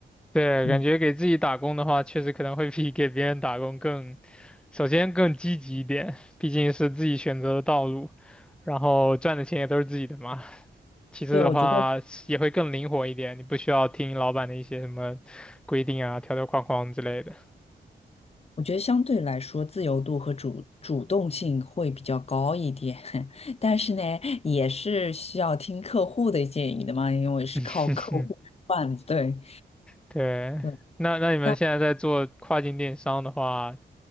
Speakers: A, in the centre; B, on the left.
A: 对，
B: <laughs> 嗯，
A: 感觉给自己打工的话，确实可能会比给别人打工更，首先更积极一点，毕竟是自己选择的道路，然后赚的钱也都是自己的嘛。其次的话也会更灵活一点，
B: 对，我觉得。
A: 你不需要听老板的一些什么规定啊、条条框框之类的。
B: 我觉得相对来说，自由度和主主动性会比较高一点，<laughs> 但是呢，也是需要听客户的建议的嘛，因为是靠客户吃饭，
A: <laughs>
B: 对
A: 对，
B: 对。
A: 那那你们现在在做跨境电商的话，
B: 但